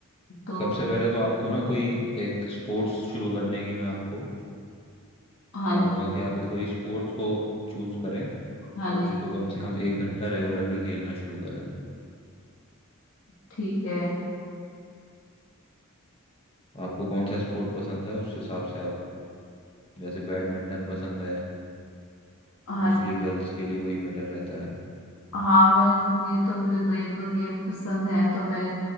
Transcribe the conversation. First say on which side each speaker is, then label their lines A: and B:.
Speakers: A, on the left; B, on the left.
A: तो
B: सबसे पहले तो आपको ना कोई एक स्पोर्ट्स शुरू करने की मैं आपको
A: हाँ
B: कहूंगा
A: जी
B: कि आप एक कोई स्पोर्ट्स को चूज करें
A: हाँ
B: और
A: जी
B: उसको कम से कम एक घंटा रेगुलरली खेलना शुरू करें
A: ठीक है
B: आपको कौन सा स्पोर्ट पसंद है उस हिसाब से आप जैसे बैडमिंटन पसंद है
A: हाँ
B: मोस्टली
A: जी
B: गर्ल्स के लिए वही बेटर रहता है
A: हाँ मैं ये तो मुझे दो एक दो गेम पसंद हैं तो मैं